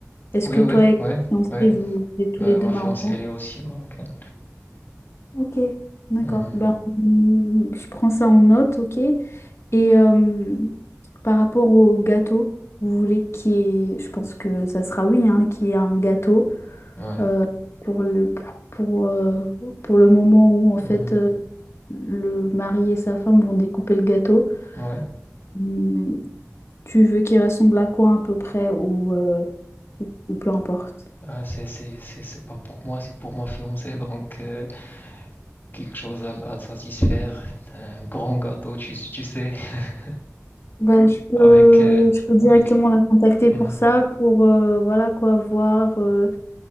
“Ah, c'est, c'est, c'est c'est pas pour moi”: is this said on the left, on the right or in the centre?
Left